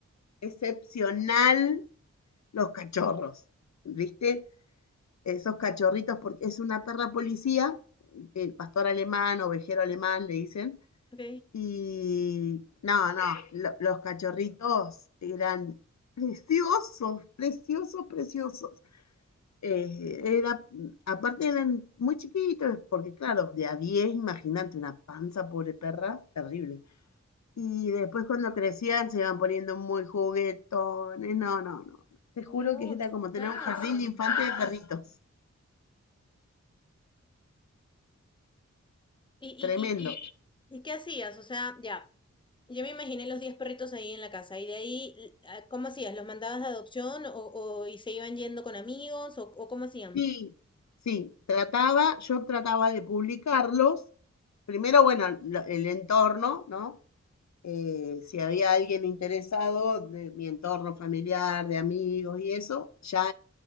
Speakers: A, on the left; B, on the left.
A: excepcional los cachorros, ¿viste? Esos cachorritos, porque es una perra policía, el pastor alemán, ovejero alemán, le dicen,
B: Ok.
A: Y no, no, lo- los cachorritos eran preciosos, preciosos, preciosos. Eh, era, aparte eran muy chiquitos, porque claro, de a 10 imagínate, una panza, pobre perra, terrible. Y después cuando crecían se iban poniendo muy juguetones. No, no, no. Te juro
B: No,
A: que era
B: tu
A: como tener
B: casa.
A: un jardín de infantes de perritos.
B: ¿Y, y,
A: Tremendo.
B: y, y, y qué hacías? O sea, ya, yo me imaginé los diez perritos ahí en la casa y de ahí, l- ah, ¿cómo hacías? ¿Los mandabas de adopción o, o y se iban yendo con amigos o, o cómo hacían?
A: Sí, sí, trataba, yo trataba de publicarlos. Primero, bueno, lo- el entorno, ¿no? Eh, si había alguien interesado de mi entorno familiar, de amigos y eso, ya